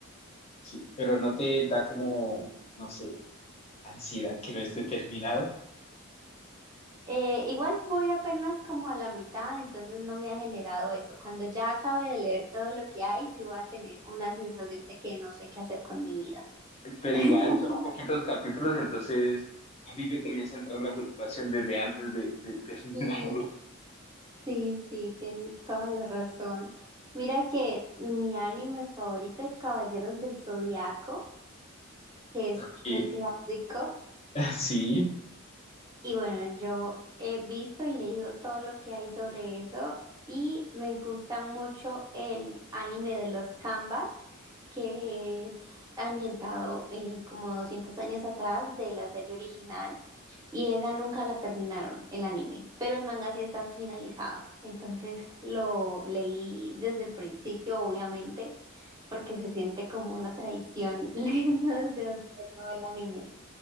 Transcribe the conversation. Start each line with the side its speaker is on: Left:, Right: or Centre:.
Left: sí, pero no te da como, no sé, ansiedad que no esté terminado.
Right: Eh, igual voy apenas como a la mitad, entonces no me ha generado eso. Cuando ya acabe de leer todo lo que hay, sí voy a tener una sensación de que no sé qué hacer con mi vida.
Left: Pero
Right: <laughs>
Left: igual son poquitos capítulos, entonces a mí me comienza a entrar la preocupación desde antes de, de terminarlo.
Right: Mm, Sí, sí, tienes toda la razón. Mira que mi anime favorito es Caballeros del Zodiaco, que es
Left: Ok,
Right: un clásico.
Left: <laughs> sí,
Right: Y bueno, yo he visto y leído todo lo que hay sobre eso y me gusta mucho el anime de los Canvas, que es ambientado eh, como 200 años atrás de la serie original y esa nunca la terminaron, el anime, pero el manga sí está finalizado. Entonces lo leí desde el principio, obviamente, porque se siente como una traición <laughs> leerlo desde donde se acaba el anime.